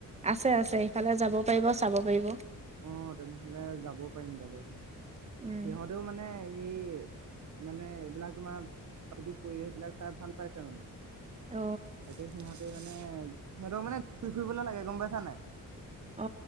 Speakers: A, on the right; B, on the right.
A: আছে আছে ইফালে যাব পাৰিব চাব পাৰিব
B: অঁ তেনেহলে যাব পাৰিম যাব পাৰিম
A: উম
B: সিহঁতেও মানে মানে সেই মানে এইবিলাক তোমাৰ প্ৰাকৃতিক পৰিৱেশ বিলাক চাই ভাল পাইছে মানে
A: অ
B: তাকে সিহঁত মানে সিহঁতক মানে ঘূৰি ফুৰিবলৈ লাগে গম পাইছা নাই
A: অ